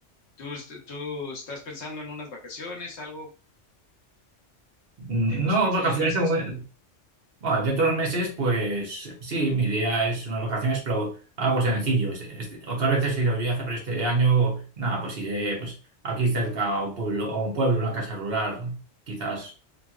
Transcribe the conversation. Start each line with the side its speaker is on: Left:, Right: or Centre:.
Left: ¿Tú, est- tú estás pensando en unas vacaciones, algo
Right: No
Left: en los próximos
Right: vacaciones,
Left: meses?
Right: de bueno, dentro de unos meses, pues sí, mi idea es unas vacaciones, pero algo sencillo. Este- este- otras veces he ido de viaje, pero este año, nada, pues iré pues, aquí cerca a un pueblo, a un pueblo, una casa rural, quizás.